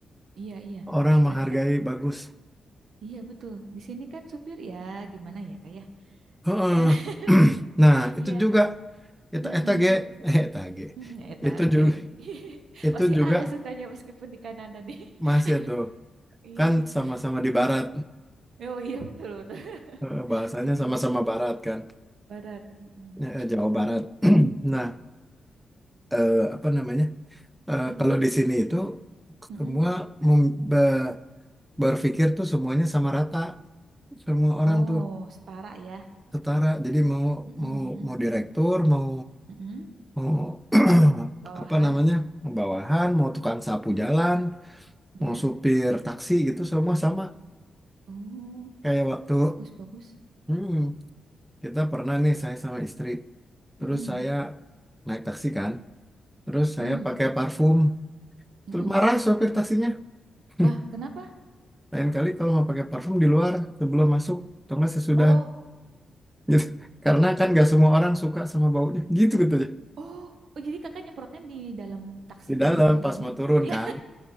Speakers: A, on the right; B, in the centre.
A: Iya, iya.
B: orang menghargai
A: Nah, kan
B: bagus
A: iya betul. Di sini kan supir ya gimana ya, Kak ya?
B: Heeh.
A: <laughs>
B: <clears throat> nah itu
A: Iya.
B: juga eta
A: Heeh.
B: eta ge <laughs> eh, eta ge
A: Mm, Eta
B: itu juga
A: G. <laughs>
B: itu
A: Masih
B: juga
A: ada Sundanya meskipun di Kanada nih. <laughs>
B: masih tuh
A: Iya.
B: kan sama-sama
A: Heeh.
B: di barat
A: Oh iya betul betul.
B: Eh, bahasanya
A: Heeh.
B: sama-sama barat kan
A: Barat. Mm-mm.
B: eh, eh, Jawa Barat. <clears throat> Nah, eh, apa namanya? Eh,
A: Mm-mm.
B: kalau di sini itu
A: Mm-mm.
B: semua mem- be- berpikir tuh semuanya sama rata. Semua orang
A: Oh
B: tuh
A: setara ya.
B: setara. Jadi mau
A: Mm-mm.
B: mau
A: Mm-mm.
B: mau direktur, mau
A: Mm-mm.
B: mau <clears throat>
A: Bawahan.
B: apa namanya? mau bawahan, mau tukang sapu
A: Mm-mm.
B: jalan,
A: Ya.
B: mau supir taksi gitu semua sama.
A: Oh
B: Kayak waktu
A: bagus bagus.
B: <clears throat> hmm, kita pernah nih saya sama istri, terus
A: Mm-mm.
B: saya naik taksi kan, terus
A: Mm-mm.
B: saya pakai parfum, terus
A: Mm-mm.
B: marah sopir taksinya <laughs>
A: Wah kenapa?
B: Lain kali kalau mau pakai parfum di luar sebelum masuk atau enggak sesudah
A: Oh
B: <laughs> gitu. Karena kan nggak semua orang suka sama baunya <laughs> gitu gitu aja.
A: oh oh jadi kakak nyemprotnya di dalam taksinya
B: Di dalam
A: gitu maksudnya?
B: pas mau turun
A: <laughs> Ya
B: kan